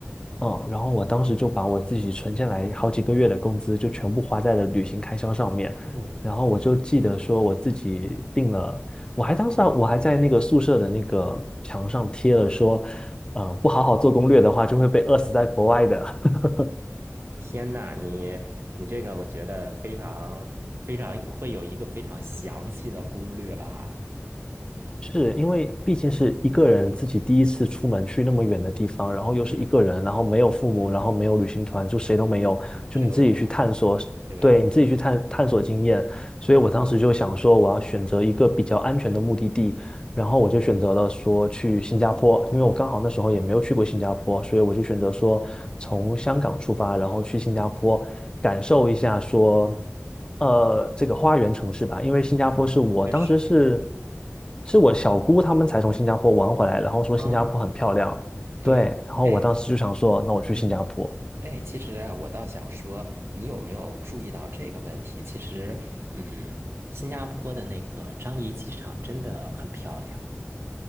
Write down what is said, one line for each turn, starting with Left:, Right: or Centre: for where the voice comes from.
Left: 嗯，然后我当时就把我自己存下来好几个月的工资就全部花在了旅行开销上面，
Right: 哦，
Left: 然后我就记得说我自己订了。我还当时啊我还在那个宿舍的那个墙上贴了说，呃，不好好做攻略的话，就会被饿死在国外的。<laughs>
Right: 天呐，你你这个我觉得非常非常会有一个非常详细的攻略吧？
Left: 是因为毕竟是一个人自己第一次出门去那么远的地方，然后又是一个人，
Right: 嗯
Left: 然后没有父母，然后没有旅行团，就谁都没有，
Right: 嗯嗯这都没有，
Left: 就你自己去探索，
Right: 对不对？
Left: 对，你自己去探探索经验。所以我当时就想说，我要选择一个比较安全的目的地，然后我就选择了说去新加坡，因为我刚好那时候也没有去过新加坡，
Right: 嗯
Left: 所以我就选择说从香港出发，然后去新加坡感受一下说，呃，这个花园城市吧。因为新加坡是我当时是
Right: 嗯，确实，
Left: 是我小姑他们才从新加坡玩回来，然后说新加坡很漂亮，
Right: 嗯，对，
Left: 对，然后我当时就想说，
Right: 哎，
Left: 那我去新加坡。
Right: 嗯哎，其实啊，我倒想说，你有没有注意到这个问题？其实，嗯，新加坡的那个樟宜机场真的很漂亮。